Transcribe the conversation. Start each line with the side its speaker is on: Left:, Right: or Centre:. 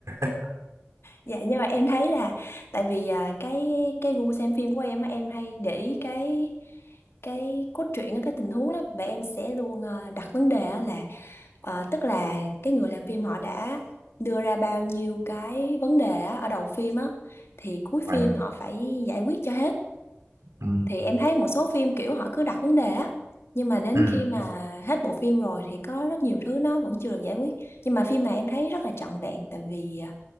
Right: <laughs>
Left: Dạ nhưng mà em thấy là tại vì à, cái cái gu xem phim của em á, em hay để ý cái cái cốt truyện á, cái tình huống lắm và em sẽ luôn à, đặt vấn đề á là Ờ, tức là cái người làm phim họ đã đưa ra bao nhiêu cái vấn đề á, ở đầu phim á thì cuối
Right: Và
Left: phim họ phải giải quyết cho hết.
Right: ừ.
Left: Thì em thấy một số phim kiểu họ cứ đặt vấn đề á nhưng mà đến
Right: Ừ.
Left: khi mà hết bộ phim rồi thì có rất nhiều thứ nó vẫn chưa được giải quyết. Nhưng mà phim này em thấy rất là trọn vẹn tại vì à,